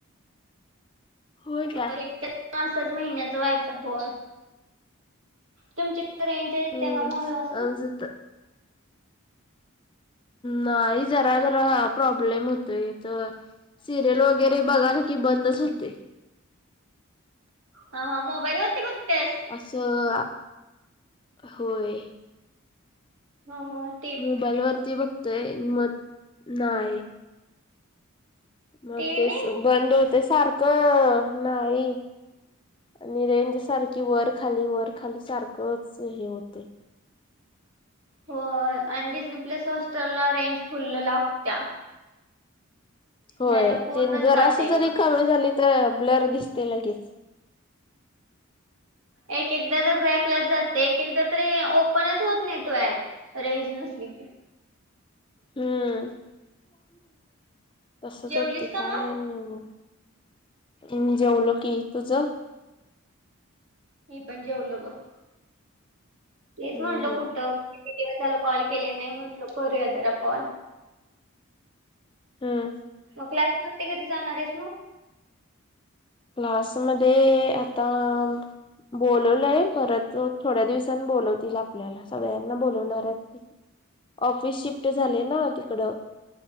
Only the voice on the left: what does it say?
होय
काय
हम्म
आमचं त नाही जरा जरा प्रॉब्लेम होतय इथं. सिरियल वगैरे बघाल की बंदच होते.
असं आ होय.
मोबाईल वरती बघतोय मग नाही. मग
तेच
बंद होते सारखं नाही. आणि रेंज सारखी वर खाली, वर खाली सारखंच हे होतंय.
होय
ते जरास
जरी का <unintelligible> झाली तर ब्लर दिसते लगेच.
हम्म <inaudible> तसच
होतय
काय
आणि मग जेवलो की तुझ
हम्म
हम्म
क्लास मध्ये आता बोलवलंय परत थोड्या दिवसांनी बोलवतील आपल्याला, सगळ्यांना बोलवणार आहेत. ऑफिस शिफ्ट झाले ना तिकड